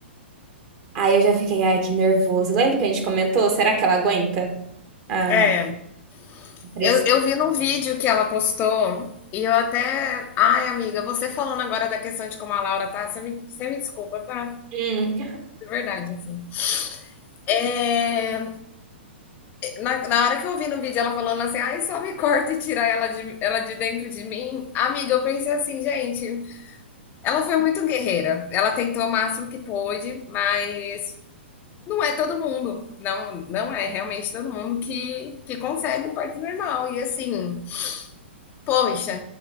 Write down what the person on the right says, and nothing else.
Aí eu já fiquei, ai, que nervoso. Lembra que a gente comentou? Será que ela aguenta? a
pressão?
Hum,